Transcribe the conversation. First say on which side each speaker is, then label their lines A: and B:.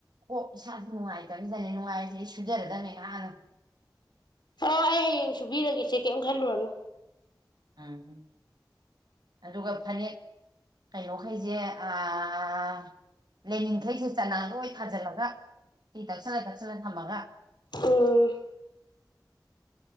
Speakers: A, on the right; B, on the left.
A: ꯑꯣ ꯏꯁꯥꯁꯨ ꯅꯨꯡꯉꯥꯏꯇꯝꯅꯤꯗꯅꯦ ꯅꯨꯡꯉꯥꯏꯔꯗꯤ ꯑꯩ ꯁꯨꯖꯔꯗꯕꯅꯤ ꯅꯍꯥꯟꯅ
B: ꯑꯣ ꯑꯩ ꯍꯌꯦꯡ ꯁꯨꯕꯤꯔꯒꯦꯁꯦ ꯀꯩꯝ ꯈꯜꯂꯨꯔꯅꯨ
A: ꯎꯝꯝ ꯑꯗꯨꯒ ꯐꯅꯦꯛ ꯀꯩꯅꯣꯈꯩꯖꯦ ꯑꯥ ꯂꯦꯅꯤꯟꯈꯩꯁꯦ ꯆꯅꯥꯡ ꯂꯣꯏ ꯊꯥꯖꯤꯜꯂꯒ ꯏꯁꯇꯤ ꯇꯛꯁꯤꯜꯂ ꯇꯛꯁꯤꯜꯂ ꯊꯝꯃꯒ
B: ꯎꯝ